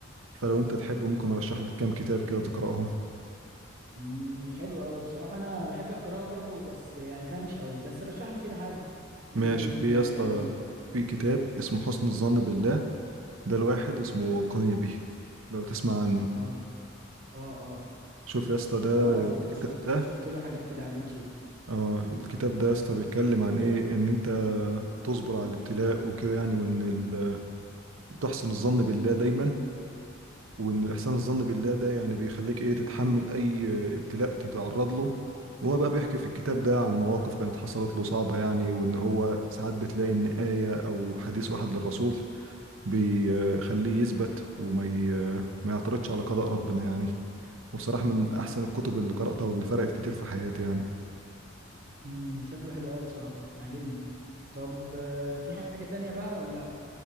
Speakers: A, on the right (about 70°); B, on the right (about 45°).
A: فلو انت تحب ممكن ارشح لك كام كتاب كده تقراهم
B: امم حلو قوي بصراحه انا بحب القراءه برضو بس يعني فاهم مش قوي بس رشح لي كده حاجه يمكن
A: ماشي في
B: آه،
A: يا اسطى
B: تعجبني
A: في كتاب اسمه حسن الظن بالله ده الواحد اسمه قنيبي لو تسمع عنه
B: اه اه اه
A: شوف يا اسطى ده
B: اعرفه
A: الكتاب
B: شفت
A: ده
B: شفت له حاجات كده على اليوتيوب
A: اه الكتاب ده يا اسطى بيتكلم عن ايه ان انت تصبر على الابتلاء وكده يعني وان ال- تحسن الظن بالله دايما وان احسان الظن بالله ده يعني بيخليك ايه تتحمل اي ابتلاء تتعرض له وهو بقى بيحكي في الكتاب ده عن مواقف كانت حصلت له صعبة يعني وان هو ساعات بتلاقي ان آية او حديث واحد للرسول بيخليه يثبت وما ي... ما يعترضش على قضاء ربنا يعني فبصراحة من احسن الكتب اللي قرأتها واللي فرقت كتير في حياتي يعني
B: امم شكله حلو قوي بصراحه عاجبني طب آه، في حاجه تانية بقى ولا